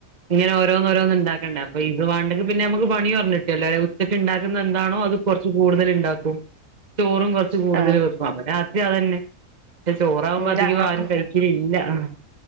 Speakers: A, on the right; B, on the right.
A: ങ്ങനെ ഓരോന്നോരോന്ന്ണ്ടാക്കണ്ട അപ്പൊ ഇത് വാണ്ടെങ്കി പിന്നെ നമുക്ക്പണി കൊറഞ്ഞ്ട്ട്യല്ലോ ഉച്ചക്ക്ണ്ടാക്കുന്നന്താണോ അത് കൊറച്ച് കൂടുതല്ണ്ടാക്കും ചോറും കൊറ് ച്ച് കൂടുതല്
B: ആഹ്
A: വെക്കും അപ്പൊ രാത്രി അതന്നെ ക്ഷെ ചോറാവുമ്പോ
B: ഓഹ്
A: അധികോം
B: ഞങ്ങൾക്കും
A: ആരും കഴിക്കലില്ല ആഹ്